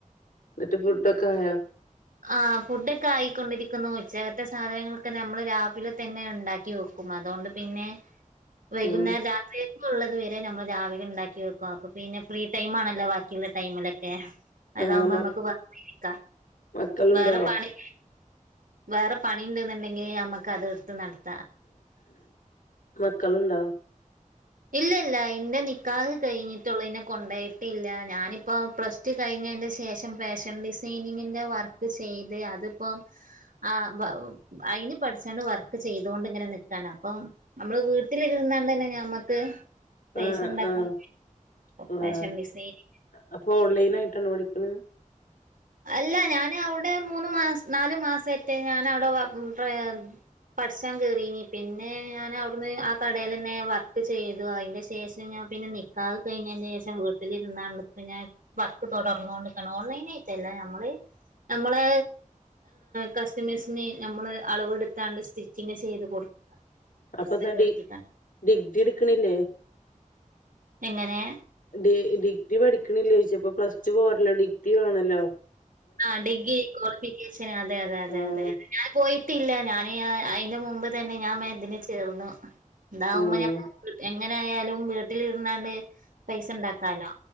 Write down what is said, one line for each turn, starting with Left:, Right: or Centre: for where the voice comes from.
Left: ഇന്നട്ട് ഫുഡ് ഒക്കായോ?
Right: ആ ഫുഡ്ഒക്കെ ആയിക്കൊണ്ടിരിക്കുന്നു ഉച്ചകത്തെ സാധനങ്ങളൊക്കെ നമ്മള് രാവിലെ തന്നെ ഉണ്ടാക്കി വെ ക്കും അതോണ്ട് പിന്നെ വൈകുന്നേരം
Left: ഉം
Right: രാത്രികക്ക് ക്കുള്ളത് വരെ നമ്മള് രാവിലെ ഇണ്ടാക്കി വെക്കും അപ്പൊ പിന്നെ ഫ്രീ ടൈം ആണല്ലോ ബാക്കിയുള്ള ടൈമിലൊക്കെ. അതാവുമ്പോ
Left: ആഹ് മ
Right: നമ്മക്ക് വെർതെ ഇരിക്ക
Left: മക്കളുണ്ടോ
Right: വേറെ പണി. വേറെ പണി ഇണ്ട്ന്ന്ണ്ടെങ്കിൽ നമ്മുക്ക് അത് എടുത്ത് നടക്ക.
Left: മക്കളുണ്ടോ?
Right: ഇല്ല ല്ല ഇന്റെ നിക്കാഹ് കഴിഞ്ഞിട്ട്. ഒള്ളു ഇന്നെ കൊണ്ടയിട്ടില്ല ഞാനിപ്പോ പ്ലസ് ടു കഴിഞ്ഞെന്റെ ശേഷം ഫാഷൻ ഡിസൈനിങ്ങിൻ്റെ വർക്ക്. ക്ക് ചെയ്ത് അതിപ്പം. ആ വ അയിന് പഠിച്ചാണ്ട് വർക്ക് ചെയ്തൊണ്ട് ഇങ്ങനെ നിക്കാണ് അപ്പം. നമ്മള് വീട്ടിലിരുന്നാണ്ടന്നെ ഞമ്മക്ക്. പൈസണ്ടാക്ക
Left: ആഹ് ആഹ് ആഹ്
Right: ഫാഷൻ ഡിസൈനിങ്
Left: അപ്പൊ ഓൺലൈനായിട്ടാ പഠിക്ക്ണ്
Right: അല്ല ഞൻ അവിടെ മൂന്ന് മാസ നാലു മാസായിട്ട് ഞാനവിടെ വർക്കി പഠിച്ചാൽ കേറീനി പിന്നെ ഞാൻ അവിടുന്ന് ആ കടയിൽ തന്നെ വർക്ക് ചെയ്തു അതിന്റെ ശേഷം ഞാൻ പിന്നെ നിക്കാഹ് കഴിഞ്ഞതിന് ശേഷം വീട്ടിലിരുന്നാണ്ട് ഞൻ വർക്ക് തൊടർന്നുകൊണ്ടിക്കണ് ഓൺലൈനായിടല്ല ല്ല നമ്മള് നമ്മളെ കസ്റ്റമേഴ്സിനെ നമ്മള് അളവ് വെടുത്താണ്ട് സ്റ്റിച്ചിങ്ങ് ചെയ്ത് കൊടുക്ക ഡ്രസ്സൊക്കെ
Left: അപ്പൊന്താ ഡി
Right: വെട്ടിക്കാണ്ട്
Left: ഡിഗ്രി എടുക്കണില്ലേ
Right: എങ്ങനെ
Left: ഡ ഡിഗ്രി പഠിക്കണില്ലേ ചോയിച്ച ഇപ്പ പ്ലസ് ടു പോറല്ലോ ഡിഗ്രി വാണല്ലോ
Right: ആ ഡിഗ്രി ക്വാളിഫിക്കേഷൻ അതെ അതെ അതെ
Left: ആഹ്
Right: അതെതെ ഞാൻ പോയിട്ടില്ല ഞാന് അതിന്റെ മുമ്പ് തന്നെ ഞാൻ വേഗം ഇതിന് ചേർന്നു ഇതാവുമ്പോ
Left: ഉം
Right: എങ്ങനായാലും വീട്ടിലിരുന്നാണ്ട് പൈസ ഇണ്ടാക്കാലോ